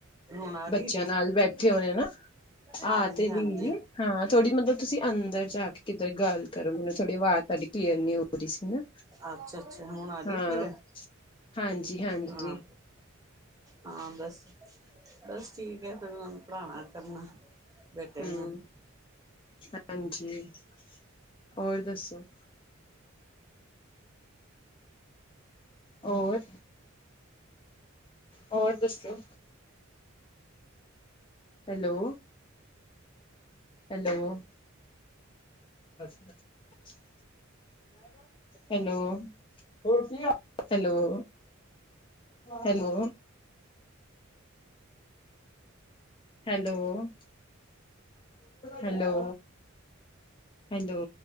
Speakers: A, on the right; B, on the left.
A: ਹੁਣ ਆ ਰਹੀ
B: ਬੱਚੇਆਂ
A: ਹੈਗੀ
B: ਨਾਲ ਬੈਠੇ ਹੋਣੇ ਨਾ, ਆਹ
A: ਹਾਂਜੀ
B: ਤੇ ਰਹੀ।
A: ਹਾਂਜੀ
B: ਹਾਂ, ਥੋੜ੍ਹੀ ਮਤਲਬ ਤੁਸੀਂ ਅੰਦਰ ਜਾ ਕੇ ਕਿੱਧਰ ਗੱਲ ਕਰੋ, ਮੈਨੂੰ ਥੋੜੀ ਆਵਾਜ਼ ਤੁਆਡੀ ਕਲੀਅਰ ਨੀ ਹੋ ਰਹੀ ਸੀ ਨਾ,
A: ਅੱਛਾ ਅੱਛਾ ਹੁਣ ਆ ਗਈ
B: ਹਾਂ
A: ਕਲੀਅਰ
B: ਹਾਂਜੀ-ਹਾਂਜੀ।
A: ਹਾਂ ਹਾਂ, ਬਸ ਬਸ ਠੀਕ ਹੈ, ਫੇਰ ਓਨਾ ਨੂੰ ਪੜ੍ਹਾਣਾ ਕਰਨਾ। ਬੇਟੇ
B: ਹੂੰ,
A: ਨੂੰ
B: ਹਾਂਜੀ ਹੋਰ ਦੱਸੋ? ਹੋਰ, ਹੋਰ ਦੱਸੋ? Hello. Hello. <inaudible> Hello hello. Hello. Hello, hello hello.